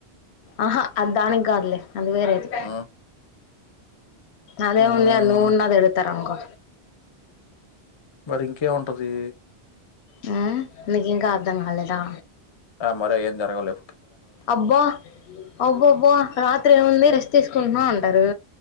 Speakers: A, on the left (about 80°); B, on the left (about 40°).
A: ఆహా అది దానికి కాదులె అది వేరేది
B: హ్మ్.
A: అదేముంది
B: హ్మ్.
A: నువ్వున్నా తిడతారే అనుకో
B: మరి ఇంకే ఉంటది
A: హు నికి ఇంకా అర్థం కాలేదా
B: ఆ మాదిరేం జరగవులే
A: అబ్బా అబ్బబ్బా రాత్రి ఏముంది రెస్ట్ తీసుకుంటున్నామ్ అంటారు